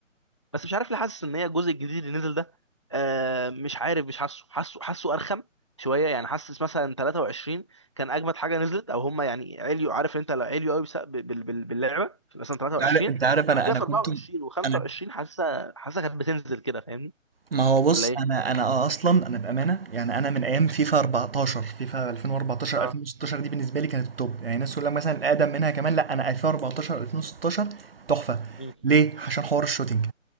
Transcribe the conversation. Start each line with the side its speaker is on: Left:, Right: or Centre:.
Left: بس مش عارف ليه حاسس ان هي الجزء الجديد اللي نزل ده آه مش عارف مش حاسه حاسه حاسه ارخم شويه يعني حاسس مثلا 23 كان اجمد حاجه نزلت او هم يعني عليوا عارف انت لو عليوا قوي بس- بال- بال- باللعبه في مثلا 23
Right: انت عارف انت عارف انا
Left: بعد كده
Right: انا
Left: في
Right: كنت
Left: 24 و25
Right: انا
Left: حاسسها حاسسها كانت بتنزل كده فاهمني
Right: ما هو بص
Left: ولا ايه؟
Right: انا انا اصلا انا بامانه يعني انا من ايام فيفا 14 فيفا 2014
Left: اه
Right: 2016 دي بالنسبه لي كانت التوب يعني الناس تقول لك مثلا الاقدم منها كمان لا انا 2014 2016 تحفه
Left: مم.
Right: ليه عشان حوار الشوتينج